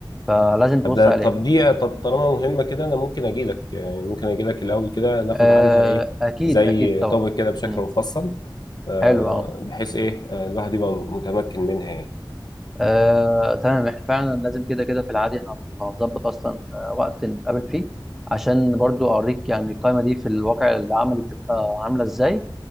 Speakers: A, in the centre; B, on the left.
A: فلازم تبص
B: ابدا
A: عليها
B: طب دي طب طالما مهمه كده انا ممكن اجي لك يعني ممكن اجي لك الاول كده ناخد
A: آه
B: عنها ايه
A: اكيد
B: زي
A: اكيد طبعا
B: توبك كده بشكل
A: مم.
B: مفصل آه،
A: حلو اه
B: بحيث ايه آه، الواحد يبقى متمكن منها يعني
A: آه، تمام احنا فعلا لازم كده كده في العادي هن- هنظبط اصلا آه، وقت نتقابل فيه عشان برضو اوريك يعني القائمه دي في الواقع العملي بتبقى عامله ازاي